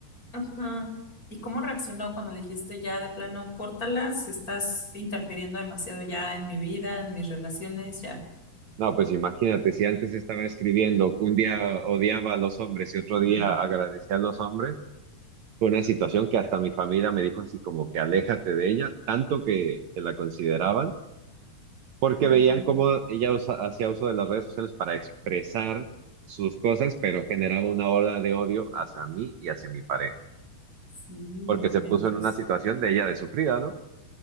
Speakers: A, on the left (about 20°); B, on the right (about 80°).
A: Ajá. ¿Y cómo reaccionó cuando le dijiste ya de plano, córtala, si estás interfiriendo demasiado ya en mi vida, en mis relaciones, ya?
B: No, pues imagínate, si antes estaba escribiendo, un día odiaba a los hombres y otro día
A: Mm.
B: agradecía a los hombres, fue una situación que hasta mi familia me dijo así como que aléjate de ella, tanto que que la consideraban porque
A: Ujú.
B: veían cómo ella usa- hacía uso de las redes sociales para expresar sus cosas, pero generaba una ola de odio hacia mí y hacia mi pareja,
A: Sí, no
B: porque
A: inventes.
B: se puso en una situación de ella de sufrida, ¿no?